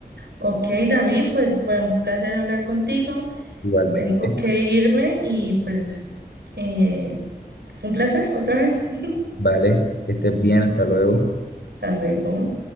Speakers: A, on the right (about 85°); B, on the left (about 75°).
A: Ok, David, pues fue un placer hablar contigo.
B: Igualmente,
A: Tengo que irme y pues eh, fue un placer otra vez. <laughs>
B: vale, que estés bien, hasta luego.
A: Hasta luego.